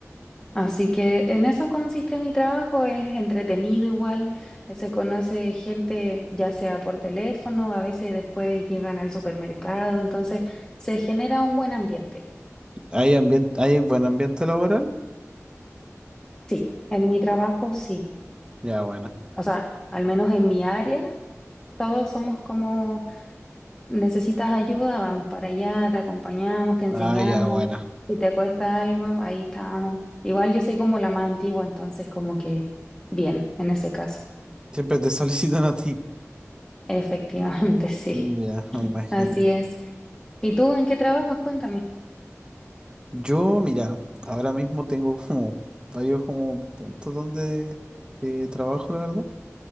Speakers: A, on the left; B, on the right.
A: Así que en eso consiste mi trabajo, es entretenido igual, eh, se conoce gente ya sea por teléfono, a veces después llegan al supermercado, entonces se genera un buen ambiente.
B: ¿Hay ambiente, hay buen ambiente laboral?
A: Sí, en mi trabajo sí.
B: Ya, buena.
A: O sea, al menos en mi área, todos somos como, necesitas ayuda, vamos para allá, te acompañamos, te enseñamos,
B: Ah, ya, buena.
A: si te cuesta algo, ahí estamos. Igual yo soy como la más antigua, entonces como que bien, en ese caso.
B: Siempre te <laughs> solicitan a ti.
A: Efectivamente, <laughs> sí.
B: Mm, Ya, me imagino.
A: Así es. ¿Y tú en qué trabajas? Cuéntame.
B: Yo, mira, ahora mismo tengo como varios como puntos donde eh, trabajo, la verdad.